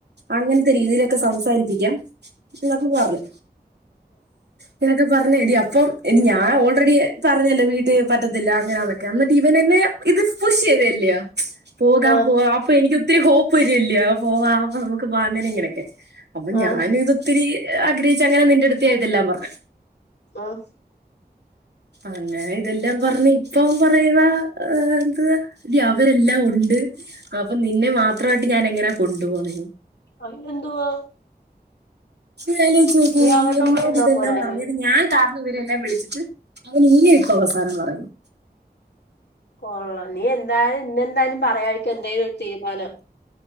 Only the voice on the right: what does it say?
അങ്ങൻത്തെ രീതിയിലൊക്ക സംസാരിപ്പിക്കാം. ഇതൊക്ക പർഞ്ഞു. ഇങ്ങനൊക്ക പർഞ്ഞു എടീ അപ്പൊ ഞാ ഓൾറെഡി പറഞ്ഞല്ലൊ വീട്ടി പറ്റത്തില്ല അങ്ങനെയാന്നൊക്കെ എന്നിട്ട് ഇവനെന്നേ. ഇത് പുഷ് ചെയ്തല്ല്യോ? പോകാം
പോവാ അപ്പൊ എനിക്ക് ഒത്തിരി ഹോപ്പ് വരില്ല്യോ? പോവാം. ആഹ് നമുക്ക് വാ അങ്ങനെ ഇങ്ങനെയൊക്കെ. അപ്പൊ
ഞാനു ഇത്... ഒത്തിരി ആഗ്രഹിച്ച അങ്ങനെ നിന്റട്ത്ത് ഞാ ഇതെല്ല പർഞ്ഞ്.
അങ്ങനെ ഇതെല്ലാം പർഞ്ഞ് ഇപ്പ അവൻ പറയുവാ എന്ത്? ടി അവരെല്ലാം ഉണ്ട്. അപ്പൊ നിന്നെ മാത്രവായിട്ട് ഞാൻ എങ്ങനാ കൊണ്ട് പോവ്ന്നേന്ന്?
നീ അലോയ്ച്ചോക്,
നിന്നോട്
ഇതെല്ലാം
പർഞ്ഞത് ഞാൻ... കാറ്ണിവര് എല്ലാം വിള്ച്ചിട്ട്, അവന് ഇയ്യ ഇപ്പ അവസാനം പറയുന്ന്.